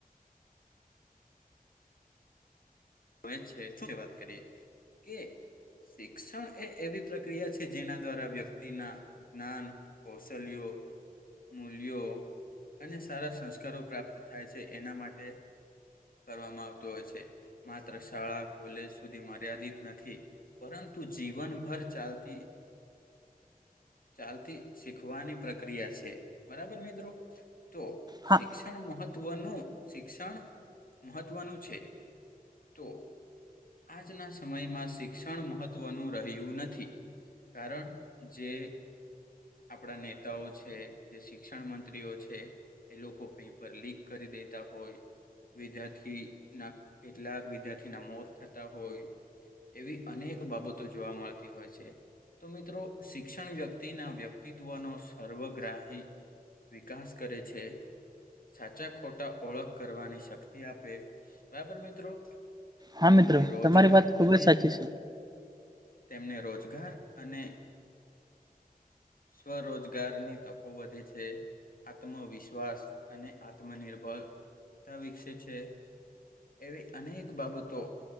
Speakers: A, on the left (about 65°); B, on the right (about 25°).
A: હવે છે વાત કરીએ કે શિક્ષણ એ એવી પ્રક્રિયા છે, જેના દ્વારા વ્યક્તિના વિજ્ઞાન કૌશલ્યો મૂલ્યો અને સારા સંસ્કારો પ્રાપ્ત થાય છે એના માટે કરવામાં આવતું હોય છે માત્ર શાળા કોલેજ સુધી મર્યાદિત નથી. પરંતુ જીવનભર ચાલતી ચાલતી શીખવાની પ્રક્રિયા છે બરાબર મિત્રો તો
B: હા
A: શિક્ષણ મહત્વનું શિક્ષણ મહત્વનું છે. તો આજના સમયમાં શિક્ષણ મહત્વનું રહ્યું નથી. કારણ જે આપણા નેતાઓ છે જે શિક્ષણ મંત્રીઓ છે. એ લોકો પેપર લીક કરી દેતા હોય વિદ્યાર્થીના કેટલાક વિદ્યાર્થીના મોત થતા હોય એવી અનેક બાબતો જોવા મળતી હોય છે. તો મિત્રો શિક્ષણ વ્યક્તિના વ્યક્તિત્વનો સર્વગ્રાહી વિકાસ કરે છે. સાચા ખોટા ઓળખ કરવાની શક્તિ આપે બરાબર મિત્રો.
B: હા
A: તેમને
B: મિત્રો
A: રોજગાર
B: તમારી વાત ખુબ
A: અને
B: જ સાચી છે
A: તેમને રોજગાર અને સ્વ રોજગારની તકો વધે છે. આત્મવિશ્વાસ અને આત્મનિર્ભરતા વિકસે છે. એવી અનેક બાબતો